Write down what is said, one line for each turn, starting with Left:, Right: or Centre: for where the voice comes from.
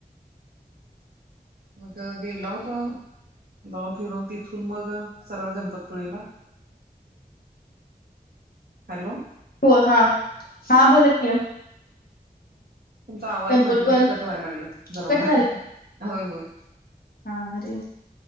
Left: <unintelligible>
Right: मग गेला होता जाऊन फिरून तिथून मग सरळ गणपतीपुळेला.
Left: <inaudible>
Right: हॅलो.
Left: होय हा. हा बोल की.
Right: तुमचा आवाज
Left: कनपुट
Right: मधी मधी
Left: पर
Right: कट व्हाय लागलाय. जराजरा
Left: कट
Right: होय होय.
Left: हां अरे